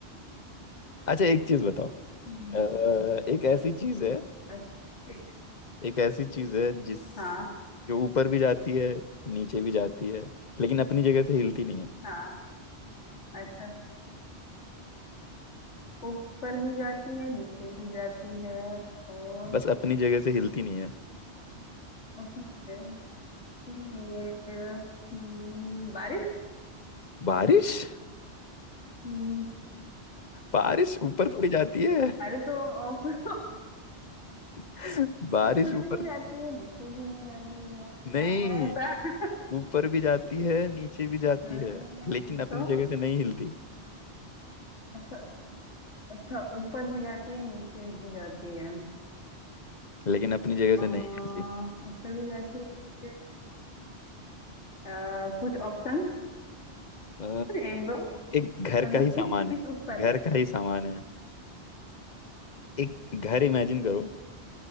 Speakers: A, on the left; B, on the left.
A: अच्छा एक चीज बताओ
B: हम्म
A: अ, एक ऐसी चीज है
B: अच्छा, ठीक
A: एक ऐसी चीज है जिस
B: है। हाँ
A: जो ऊपर भी जाती है नीचे भी जाती है लेकिन अपनी जगह से हिलती नहीं है
B: हाँ अच्छा ऊपर भी जाती है नीचे भी जाती है और
A: बस
B: <laughs>
A: अपनी जगह से हिलती नहीं है
B: उसमें रहती नहीं है। हम्म, बारिश
A: बारिश
B: हम्म,
A: बारिश ऊपर थोड़ी जाती है
B: अरे तो ऑप्शन
A: <laughs> बारिश
B: ऊपर
A: ऊपर
B: भी नहीं जाती है नीचे भी नहीं जाती है क्या
A: नहीं
B: है ऐसा
A: ऊपर भी जाती है नीचे भी जाती
B: अरे,
A: है लेकिन
B: तो
A: अपनी जगह से नहीं हिलती
B: अच्छा अच्छा ऊपर भी जाती है नीचे भी जाती है
A: लेकिन अपनी जगह
B: आ,
A: से नहीं हिलती
B: ऊपर भी जाती है नीचे आ, कुछ ऑप्शन
A: अ,
B: एक दो
A: एक घर
B: मतलब
A: का ही सामान
B: किस किस
A: है
B: उस पर
A: घर
B: है
A: का ही सामान है एक घर इमेजिन करो